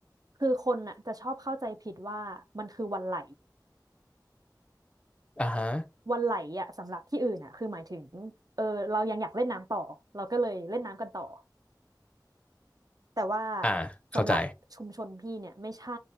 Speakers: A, on the right; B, on the left.
A: คือคนน่ะจะชอบเข้าใจผิดว่ามันคือวันไหล
B: อ่าฮะ
A: วันไหลอ่ะสำหรับที่อื่นอ่ะคือหมายถึงเออเรายังอยากเล่นน้ำต่อเราก็เลยเล่นน้ำกันต่อแต่ว่า
B: อ่า เข้าใจ
A: สำหรับชุมชนพี่เนี่ยไม่ใช่